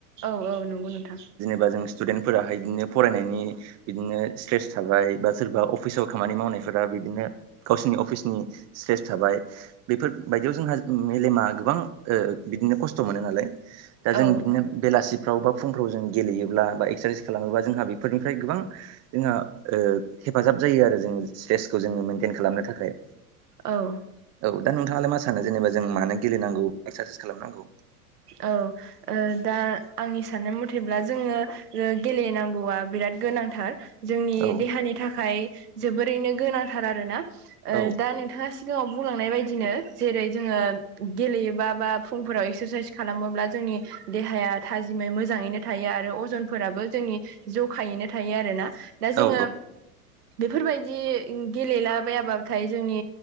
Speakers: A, on the right; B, on the right.
A: औ औ नंगौ नोंथां।
B: बा जों स्टुडेन्टफोराहाय बिदिनो फरायनायनि बिदिनो स्ट्रेस थाबाय बा सोरबा अफिसाव खामानि मावनायफोरा बिदिनो गावसिरनि अफिसनि स्ट्रेस थाबाय। बेफोरबायायदियाव जोंहा मेलेमा गोबां बिदिनो खस्थ' मोनो नालाय दा जों
A: औ
B: बिदिनो बेलासिफ्राव बा फुंफ्राव जों गेलेयोब्ला बा एक्सारसाइस खालामोबा जोंहा बेफोरनिफ्राय गोबां जोंहा ओ हेफाजाब जायो आरो जोंनो स्ट्रेसखौ जोङो मेइनटेन खालामनो थाखाय।
A: औ
B: औ दा नोंथाङालाय मा सानो? जेनेबा जों मानो गेलेनांगौ एक्सारसाइस खालामनांगौ।
A: औ ओ दा आंनि साननाय मथेब्ला जोङो गेलेनांगौआ बिराद गोनांथार, जोंनि
B: औ
A: देहानि थाखाय जोबोरैनो गोनांथार आरोना
B: औ
A: दा नोंथाङा, सिगाङाव बुंलांनाय बायदिनो जेरै जोङो गेलेयोबा बा फुंफोराव एक्सारसाइस, खालामोब्ला जोंनि देहाया थाजिमै मोजाङैनो थायो आरो अजनफोराबो जोंनि, ज'खायैनो थायो आरो ना दा जोङो,
B: औ
A: बेफोरबायदि गेलेलाबायाब्लाथाय जोंनि